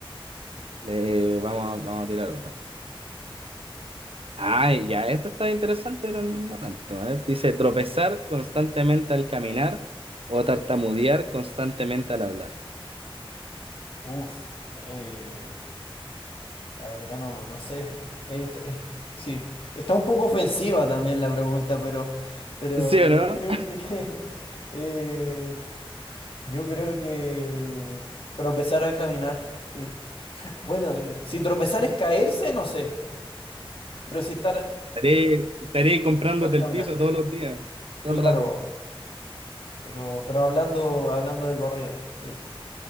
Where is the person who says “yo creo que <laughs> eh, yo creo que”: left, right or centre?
Left